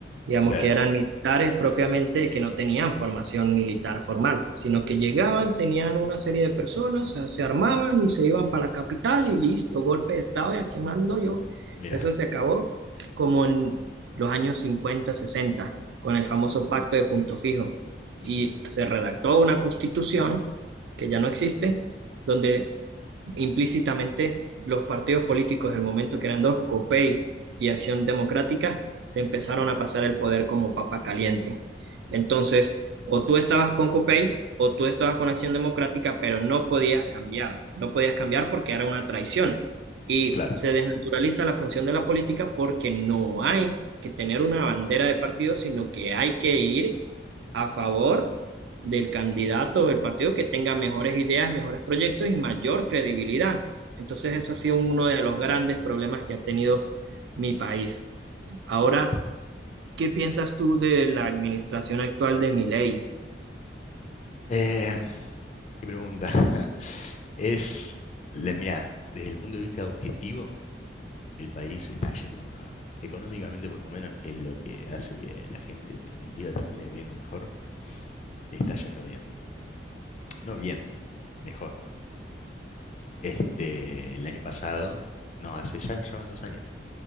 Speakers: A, on the right; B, on the left.
A: digamos
B: sea,
A: que eran militares propiamente que no tenían formación militar formal, sino que llegaban, tenían una serie de personas, se se armaban y se iban para la capital y listo, golpe de estado y aquí mando yo.
B: mira,
A: Eso se acabó como en los años 50, 60, con el famoso pacto de Punto Fijo.
B: <laughs>
A: Y
B: ujú,
A: se redactó una constitución que ya no existe donde implícitamente los partidos políticos del momento, que eran dos, COPEI y Acción Democrática, se empezaron a pasar el poder como papa caliente. Entonces, o tú estabas con COPEI o tú estabas con Acción Democrática, pero no podías cambiar, no podías cambiar porque era una traición. Y
B: claro,
A: se desnaturaliza la función de la política porque no hay que tener una bandera de partido, sino que hay que ir a favor del candidato del partido que tenga mejores ideas, mejores proyectos y mayor credibilidad. Entonces eso ha sido uno de los grandes problemas que ha tenido mi país. Ahora,
B: que esa.
A: ¿qué piensas tú de la administración actual de Milei?
B: Eh, ¿qué pregunta? <laughs> Es, le- mira, desde el punto de vista objetivo, el país está yendo mejor. Económicamente, por lo menos, que es lo que hace que la gente en definitiva termine viviendo mejor, está yendo bien. No bien, mejor. Este, el año pasado, no, hace ya, ya van dos años,